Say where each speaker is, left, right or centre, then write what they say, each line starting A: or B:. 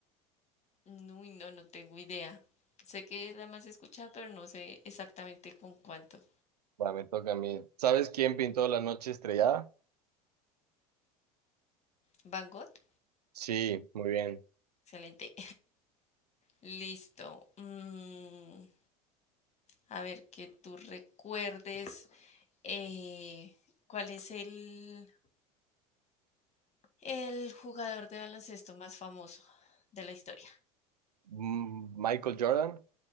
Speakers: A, on the left (about 35°); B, on the right (about 85°).
A: No, uy, no, no tengo idea. Sé que es la más escuchada, pero no sé exactamente con cuánto.
B: Va, me toca a mí. ¿Sabes quién pintó La Noche Estrellada?
A: Van Gogh.
B: Sí, muy bien.
A: Excelente. <laughs> Listo. Mm, a ver, que tú recuerdes. Eh, ¿cuál es el, el jugador de baloncesto más famoso de la historia?
B: Mm, Michael Jordan,